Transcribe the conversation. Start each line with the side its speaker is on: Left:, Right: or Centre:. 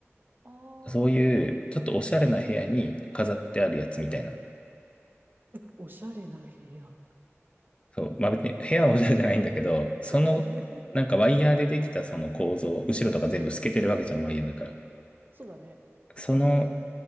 Right: ああ、
Left: そういう、
Right: 本当に、
Left: ちょっとおしゃれな部屋に飾ってあるやつみたいな。
Right: うん。おしゃれな部屋。
Left: そう、まあ別に部屋はおしゃれじゃないんだけど、その、
Right: <laughs>
Left: なんかワイヤーでできたその構造、後ろとか全部透けてるわけじゃん、ワイヤーだから。
Right: そうだね。
Left: その、